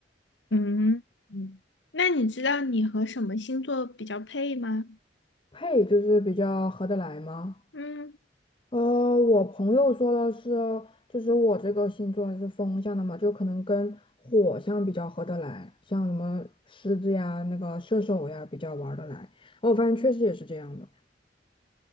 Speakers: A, on the left; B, on the left.
A: 嗯嗯，那你知道你和什么星座比较配吗？
B: 配就是比较合得来吗？
A: 嗯。
B: 呃，我朋友说的是，就是我这个星座是风象的嘛，就可能跟火象比较合得来，像什么狮子呀、那个射手呀比较玩儿得来。哦我发现确实也是这样的。